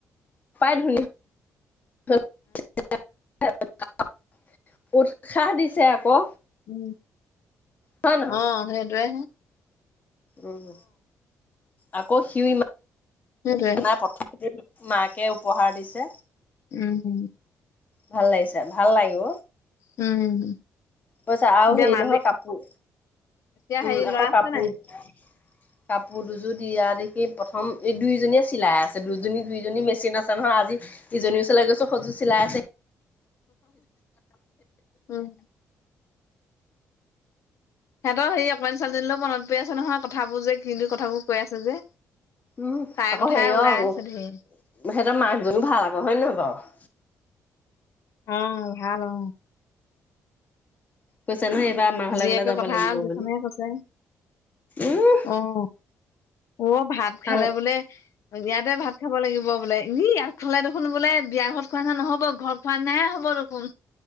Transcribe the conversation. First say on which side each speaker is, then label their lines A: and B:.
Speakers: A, on the left (about 30°); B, on the left (about 60°).
A: পাই ধুলি <unintelligible> উৎসাহ দিছে আকৌ
B: উম
A: হয় নহয়
B: অ সেইটোয়ে।
A: উম। আকৌ সিও ইমান
B: সেইটোৱে
A: নাই পথা মাকে উপহাৰ দিছে।
B: উম উম
A: ভাল লাগিছে, ভাল লাগিব।
B: উম
A: পইছা আৰু
B: এতিয়া
A: হেৰি
B: মালিক
A: নহয় কাপোৰ,
B: এতিয়া হেৰি
A: উম আকৌ
B: ল'ৰা আছে
A: কাপোৰ
B: নাই?
A: কাপ কাপোৰ দুযোৰ দিয়া দেখি প্ৰথম এই দুইজনীয়ে চিলাই আছে। দুজনী দুইজনী মেচিন আছে নহয়, আজি ইজনীৰ ওচৰলৈ গৈছোঁ সযোৰ চিলাই আছে
B: উম সিহঁতৰ সেই অকমানি ছোৱালীজনীলৈও মনত পৰি আছে নহয়, কথাবোৰ যে কিনো কথাবোৰ কৈ আছে যে,
A: উম
B: তাইৰ
A: আকৌ
B: কথাই
A: হেৰি
B: ওলাই
A: অ সিহঁতৰ
B: আছে ধেৰ।
A: মাকজনীও ভাল আকৌ হয়ে নহয় বাৰু?
B: অ ভাল অ
A: বেছ- আছে নহয় এইবাৰ মাঘলে
B: জীয়েকৰ
A: গলে যাব
B: কথা
A: লাগিব
B: যিখনহে
A: বুলি।
B: কৈছে
A: উম
B: অ' অ ভাত খালে
A: আৰু
B: বোলে বিয়াতে ভাত খাব লাগিব বোলে, ই ইয়াত খালে দেখোন বোলে বিয়া ঘৰত খোৱা না নহ'ব ঘৰত খোৱা নাহে হ'ব দেখোন।